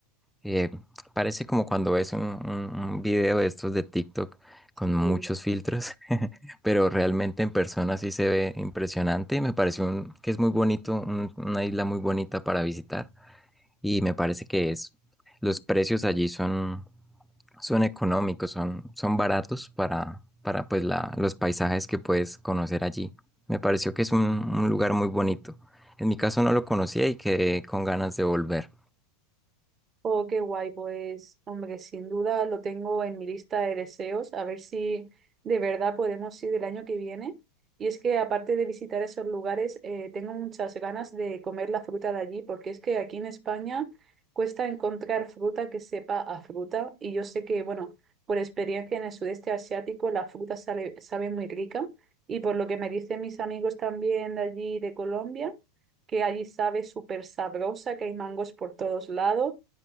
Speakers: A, in the centre; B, on the right.
A: eh, parece como cuando ves un, un- un video de estos de TikTok
B: Sí.
A: con muchos filtros, <laughs> pero realmente en persona sí se ve impresionante. y Me parece un- que es muy bonito, un- una isla muy bonita para visitar y me parece que es, los precios allí son, son económicos, son, son baratos para, para pues la, los paisajes que puedes conocer allí. Me pareció que es un, un lugar muy bonito. En mi caso no lo conocía y quedé con ganas de volver.
B: Oh, qué guay, pues, hombre, sin duda lo tengo en mi lista de deseos, a ver si de verdad podemos ir el año que viene. Y es que aparte de visitar esos lugares, eh, tengo muchas ganas de comer la fruta de allí, porque es que aquí en España cuesta encontrar fruta que sepa a fruta. Y yo sé que, bueno, por experiencia en el sudeste asiático, la fruta sale- sabe muy rica. Y por lo que me dicen mis amigos también de allí, de Colombia, que allí sabe súper sabrosa, que hay mangos por todos lados